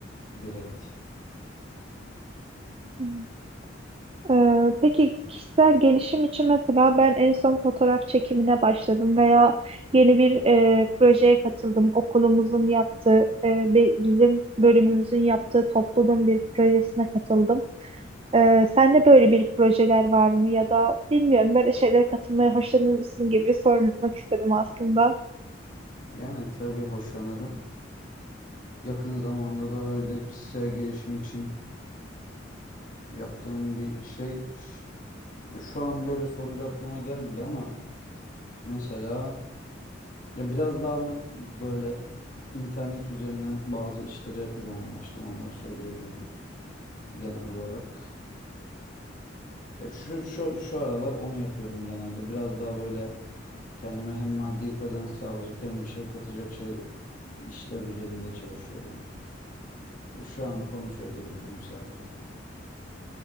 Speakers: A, on the left; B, on the right.
A: direkt.
B: Hmm. Ee, peki kişisel gelişim için mesela ben en son fotoğraf çekimine başladım veya yeni bir e, projeye katıldım. Okulumuzun yaptığı, e, bi- bizim bölümümüzün yaptığı topluluğun bir projesine katıldım. Ee, sende böyle bir projeler var mı ya da bilmiyorum böyle şeylere katılmaya hoşlanır mısın gibi sormak istedim aslında.
A: Yani tabii hoşlanırım. Yakın zamanda da öyle kişisel gelişim için yaptığım bir şey Ya şu an böyle sorunca aklıma gelmedi ama mesela ya biraz daha me- böyle internet üzerinden bazı işlere yoğunlaştım onları söyleyebilirim genel olarak. Ya şu, şu, şu aralar onu yapıyorum genelde. Biraz daha böyle kendime hem maddi kazanç sağlayacak hem bir şey katacak şey işler üzerinde çalışıyorum. Ya şu anlık onu söyleyebilirim sadece.